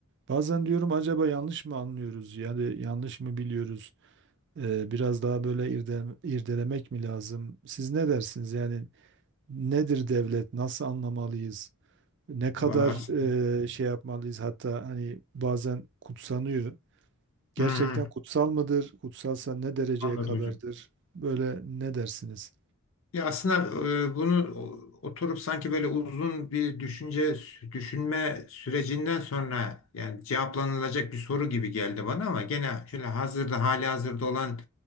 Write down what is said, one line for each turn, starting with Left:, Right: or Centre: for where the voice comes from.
Right: Bazen diyorum acaba yanlış mı anlıyoruz? Yani yanlış mı biliyoruz? Ee, biraz daha böyle irde- irdelemek mi lazım? Siz ne dersiniz? Yani nedir devlet? Nasıl anlamalıyız? Ne kadar
Left: Vallahi aslında-
Right: e, şey yapmalıyız? Hatta hani bazen kutsanıyor. Gerçekten
Left: hı, hı,
Right: kutsal mıdır? Kutsalsa ne dereceye
Left: anladım
Right: kadardır?
Left: hocam.
Right: Böyle ne dersiniz?
Left: Ya aslında e, bunu o- oturup sanki böyle uzun bir düşünce düşünme sürecinden sonra yani cevaplanılacak bir soru gibi geldi bana ama gene şöyle hazırda hali hazırda olan